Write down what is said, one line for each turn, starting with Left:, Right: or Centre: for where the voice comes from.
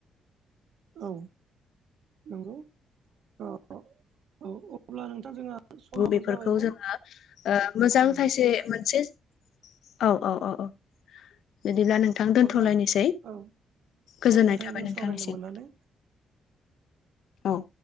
Right: औ नंगौ औ-औ अब्ला नोंथां जोंहा समाबो
Left: बेफोरखौ
Right: जाबायमोन
Left: जोङो मोजां
Right: औ
Left: थाइसे मोनसे औ-औ-औ-औ बिदिब्ला नों थां दोन्थ'लायनोसै
Right: अब्ला औ
Left: गोजोननाय
Right: नोंथांजों
Left: थाबाय नोंथांनिसिम
Right: सावरायनो मोननानै
Left: औ